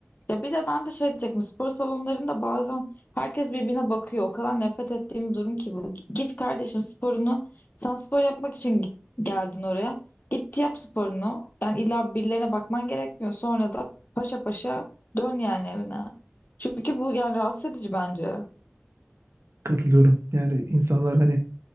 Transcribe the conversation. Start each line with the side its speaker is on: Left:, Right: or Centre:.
Left: Ya bir de ben de şey diyecektim spor salonlarında bazen herkes birbirine bakıyor. O kadar nefret ettiğim bir durum ki bu. Git kardeşim sporunu. Sen spor yapmak için git- geldin oraya. Git yap sporunu. Yani illa birilerine bakman gerekmiyor. Sonra da paşa paşa dön yani evine. Çünkü bu yani rahatsız edici bence.
Right: Katılıyorum. Yani insanlar hani